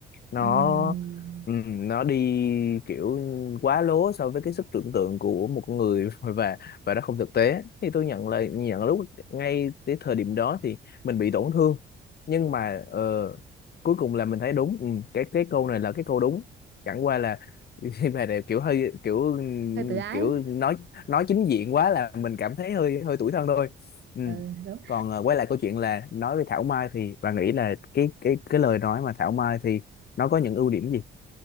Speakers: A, on the left; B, on the right.
A: nó
B: Ừm
A: ừm, nó đi kiểu quá lố so với cái sức tưởng tượng của một con người <laughs> và và nó không thực tế thì tôi nhận là nhận lúc ngay cái thời điểm đó thì mình bị tổn thương nhưng mà ờ, cuối cùng là mình thấy đúng ừm, cái cái câu này là cái câu đúng chẳng qua là <laughs> khi mà này kiểu hơi kiểu
B: hơi tự ái
A: kiểu nói nói chính diện quá là mình cảm thấy hơi hơi tủi thân thôi Ừm.
B: ừ, đúng
A: còn ờ, quay lại câu chuyện là nói về Thảo Mai thì bà nghĩ là cái cái cái lời nói mà Thảo Mai thì nó có những ưu điểm gì